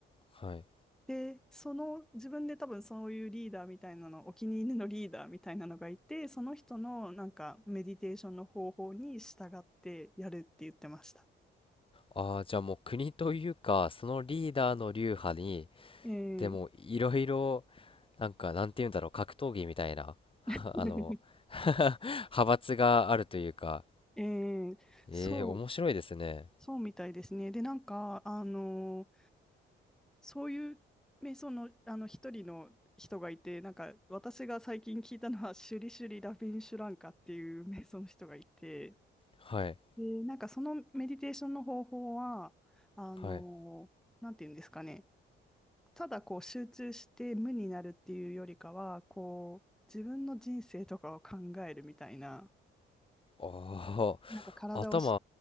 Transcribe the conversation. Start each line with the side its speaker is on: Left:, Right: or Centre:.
Left: はい。
Centre: で、その、自分で多分そういうリーダーみたいなの、お気に入りのリーダーみたいなのがいて、その人のなんかメディテーションの方法に従ってやるって言ってました。
Left: ああ、じゃあもう国というか、そのリーダーの流派に、
Centre: えー
Left: でもいろいろ、なんかなんて言うんだろう、格闘技みたいな、<laughs> あの、
Centre: <laughs>
Left: <laughs> 派閥があるというか、
Centre: えーそう、
Left: ええー面白いですね。
Centre: そうみたいですね。で、なんか、あのそういう瞑想の、あの一人の人がいて、なんか私が最近聞いたのは、シュリシュリ・ラビンシュランカっていう瞑想の人がいて、
Left: はい。
Centre: で、なんかそのメディテーションの方法は、あの、
Left: はい。
Centre: なんていうんですかね、ただこう集中して無になるっていうよりかは、こう、自分の人生とかを考えるみたいな、
Left: あ
Centre: なんか体をし、
Left: あ、<laughs> 頭